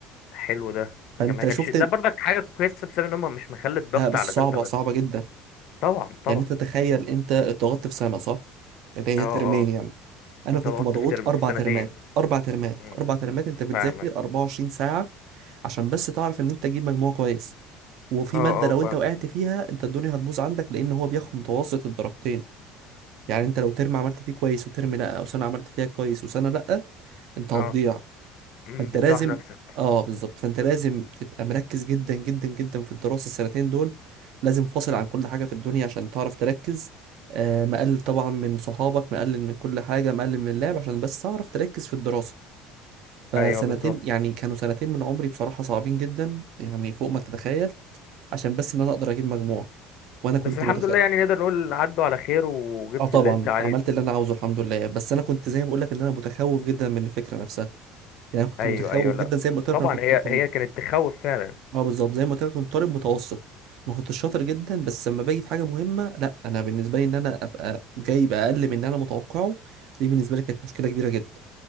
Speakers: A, on the left; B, on the right.
A: حلو ده ما
B: فانت
A: كانش
B: شفت
A: ده برضك حاجة كويسة بسبب إن هم مش مخلي الضغط
B: آه بس
A: على تالتة
B: صعبه
A: بس
B: صعبه جدا
A: طبعا طبعا
B: يعني انت تخيل انت اتضغطت في سنه صح اللي هي
A: أه أه
B: ترمين يعني انا
A: أنت
B: كنت
A: ضغطت
B: مضغوط
A: في ترم
B: اربع
A: في سنتين
B: ترمات اربع ترمات
A: مم.
B: اربع ترمات انت بتذاكر
A: فاهمك
B: 24 ساعه عشان بس تعرف ان انت تجيب مجموع كويس وفي
A: أه أه
B: ماده لو انت
A: فاهم
B: وقعت فيها انت الدنيا هتبوظ عندك لان هو بياخد متوسط الدرجتين يعني انت لو ترم عملت فيه كويس وترم لا او سنه عملت فيها كويس وسنه لا انت هتضيع
A: أه مم،
B: فانت
A: بتسوح
B: لازم
A: نفسك
B: اه بالظبط فانت لازم تبقى مركز جدا جدا جدا في الدراسه السنتين دول لازم فاصل
A: مم.
B: عن كل حاجه في الدنيا عشان تعرف تركز آه مقلل طبعا من صحابك مقلل من كل حاجه مقلل من اللعب عشان بس تعرف تركز في الدراسه فسنتين
A: ايوه بالظبط
B: يعني كانوا سنتين من عمري بصراحه صعبين جدا يعني فوق ما تتخيل عشان بس ان انا اقدر اجيب مجموع وانا كنت
A: بس الحمد
B: متخ...
A: لله يعني نقدر نقول عدوا على خير وجبت
B: اه طبعا
A: اللي أنت عايزه
B: عملت اللي انا عاوزه الحمد لله بس انا كنت زي ما بقول لك ان انا متخوف جدا من الفكره نفسها يعني انا كنت
A: ايوه
B: متخوف
A: ايوه لا
B: جدا زي ما قلت لك
A: طبعا
B: انا كنت
A: هي
B: كنت
A: هي كانت تخوف فعلا
B: اه بالظبط زي ما قلت لك كنت طالب متوسط ما كنتش شاطر جدا بس لما باجي في حاجه مهمه لا انا بالنسبه لي ان انا ابقى جايب اقل من اللي انا متوقعه دي بالنسبه لي كانت مشكله كبيره جدا